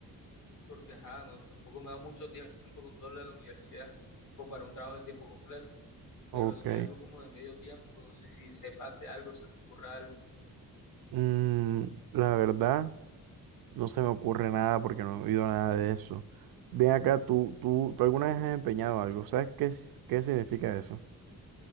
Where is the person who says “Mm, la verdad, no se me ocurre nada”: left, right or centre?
Right